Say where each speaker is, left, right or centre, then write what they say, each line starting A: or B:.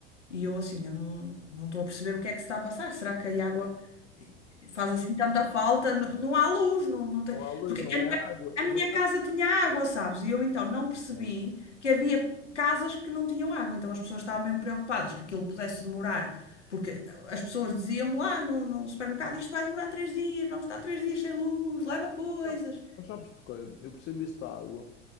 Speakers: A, on the left; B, on the left.
A: E eu assim, eu não, não estou a perceber o que é que se está a passar. Será que a água faz assim tanta falta? N- Não, há luz, não, não tem...
B: Não há lei,
A: Porque
B: não
A: a minha,
B: é água.
A: a minha
B: Mas,
A: casa tinha água, sabes? E eu então não percebi
B: mas
A: que havia casas que não tinham água. Então as pessoas estavam mesmo preocupadas que aquilo pudesse demorar. Porque as pessoas diziam-me lá no, no supermercado, isto vai demorar três dias, vamos estar três dias sem luz, leva coisas.
B: sabe- mas sabes porquê? Eu percebi esta água.